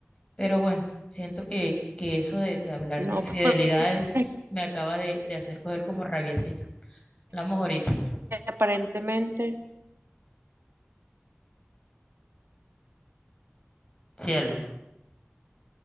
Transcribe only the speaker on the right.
No,
pero es
que aparentemente,